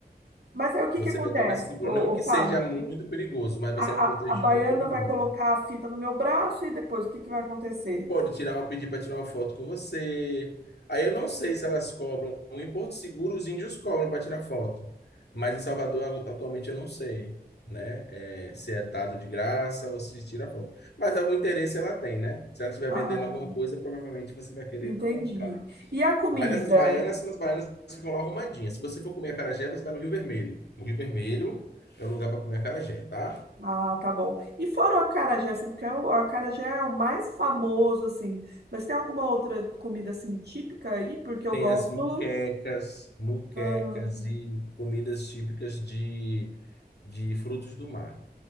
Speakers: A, on the right; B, on the left.
A: Mas aí o que
B: Você
A: que acontece,
B: vai estar mais seguro.
A: ô,
B: Não que
A: ô, Fábio?
B: seja muito perigoso, mas
A: A,
B: você é protegida
A: a, a baiana
B: pelo
A: vai
B: número.
A: colocar a fita no meu braço e depois o que que vai acontecer?
B: Pode tirar uma, pedir para tirar uma foto com você. Aí eu não sei se elas cobram. Em Porto Seguro, os índios cobram para tirar foto. Mas em Salvador, agu- atualmente, eu não sei, né? É, se é dado de graça ou se tira foto. Mas algum interesse ela tem, né? Se ela estiver
A: Ah,
B: vendendo alguma coisa, provavelmente você vai querer
A: entendi.
B: comprar.
A: E a comida?
B: Mas essas baianas são as baianas que ficam lá arrumadinhas. Se você for comer acarajé, você vai no Rio Vermelho. O Rio Vermelho é o lugar para comer acarajé, tá?
A: Ah, tá bom. E fora o acarajé, assim, porque é o acarajé é o mais famoso, assim. Mas tem alguma outra comida, assim, típica aí? Porque eu
B: Tem
A: gosto.
B: as muquecas, muquecas
A: Ah,
B: e comidas típicas de, de frutos do mar.